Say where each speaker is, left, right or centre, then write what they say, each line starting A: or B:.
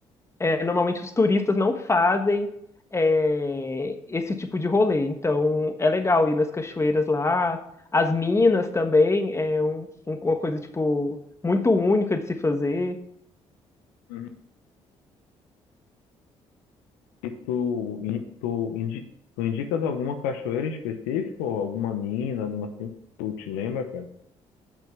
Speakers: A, on the left; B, on the left.
A: é, normalmente os turistas não fazem é, esse tipo de rolê. Então é legal ir nas cachoeiras lá. As minas também é um- um- uma coisa tipo muito única de se fazer.
B: Uhum. E tu, in- tu, indi- tu indicas alguma cachoeira em específico, ou alguma mina, alguma assim, que tu te lembra, cara?